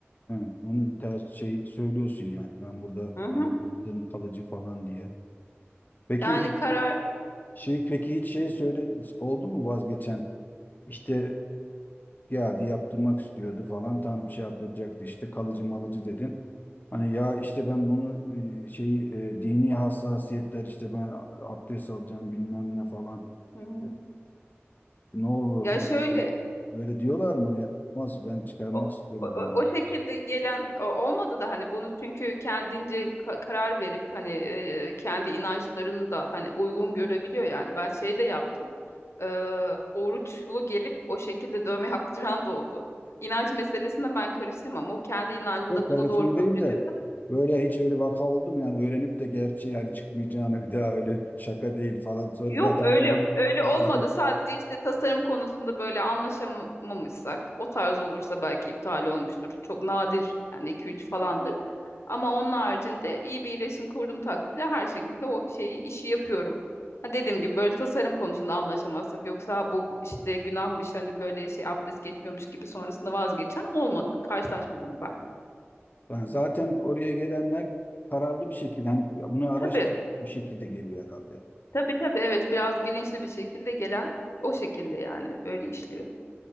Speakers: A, on the left; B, on the left.
A: ha, onu ters şey söylüyorsun yani ben burada
B: Hı hı.
A: benim yaptığım kalıcı falan diye. Peki
B: Yani
A: ilk
B: karar
A: Şey peki hiç şey söyle oldu mu vazgeçen? İşte e, geldi yaptırmak istiyordu falan tam şey yaptıracaktı işte kalıcı malıcı dedin. Hani ya işte ben bunu e, şey e, dini hassasiyetler işte ben abdest alacağım bilmem ne falan.
B: Hı hı.
A: e, Ne olur
B: Ya
A: bu-
B: şöyle
A: böyle diyorlar mı? Ya, olmaz ben çıkarmak
B: o,
A: istiyorum
B: o,
A: falan.
B: o şekilde gelen o- olmadı da hani bunu çünkü kendince ka- karar verip hani e, kendi inançlarını da hani uygun görebiliyor yani ben şey de yaptım E, oruçlu gelip o şekilde dövme <laughs> yaptıran da oldu. İnanç meselesinde ben karışamam. O kendi inancında
A: Yok karizma
B: bunu doğru kabul
A: değil
B: ediyorsa.
A: de böyle hiç öyle vaka oldu mu? Yani öğrenip de gerçi yani çıkmayacağını bir daha öyle şaka değil falan sonra
B: Yok
A: ya tamam
B: öyle
A: o zaman
B: öyle
A: vazgeçtim
B: olmadı. Sadece işte tasarım konusunda böyle anlaşamamışsak o tarz olursa belki iptal olmuştur. Çok nadir yani iki üç falandır. Ama onun haricinde iyi bir iletişim kurduğum takdirde her şekilde o şeyi işi yapıyorum. Ha dediğim gibi böyle tasarım konusunda anlaşamazsak yoksa bu işte günahmış hani böyle şey abdest geçmiyormuş gibi sonrasında vazgeçen olmadı. Karşılaşmadım ben.
A: Yani zaten oraya gelenler kararlı bir şekilde hani bunu araştırıp
B: Tabii
A: bir şekilde geliyor herhalde.
B: tabii tabii evet biraz bilinçli bir şekilde gelen o şekilde yani öyle işliyor.